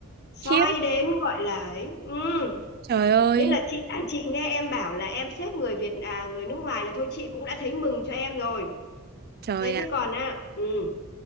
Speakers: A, on the left; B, on the right.
A: soi
B: khiếp
A: đến gọi là ấy ừ.
B: trời ơi
A: nên là chị à, chị nghe em bảo là em xếp người Việt à người nước ngoài là thôi chị cũng đã thấy mừng cho em rồi
B: trời
A: thế
B: ạ
A: thế còn à ừ